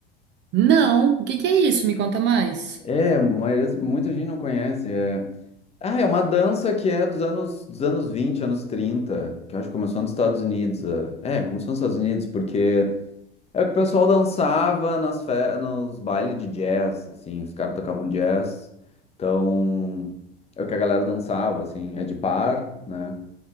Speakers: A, on the right; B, on the left.
A: Não, o que que é isso? Me conta mais.
B: É, mas muita gente não conhece. é- Ah, é uma dança que é dos anos, dos anos 20, anos 30, que eu acho que começou nos Estados Unidos. É, é, começou nos Estados Unidos, porque É que o pessoal dançava nas fe... nos bailes de jazz, assim, os caras tocavam jazz. Então, é o que a galera dançava, assim, é de par, né?